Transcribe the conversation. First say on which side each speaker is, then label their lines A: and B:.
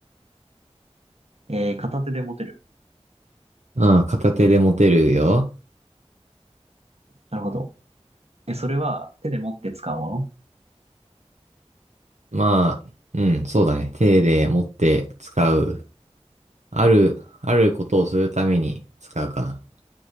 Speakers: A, on the right; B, on the right.
A: えー、片手で持てる。
B: う。うん、片手で持てるよ。
A: なるほど。え、それは手で持って使うもの
B: まあ、うん、そうだね。手で持って使う。ある、あることをするために使うかな。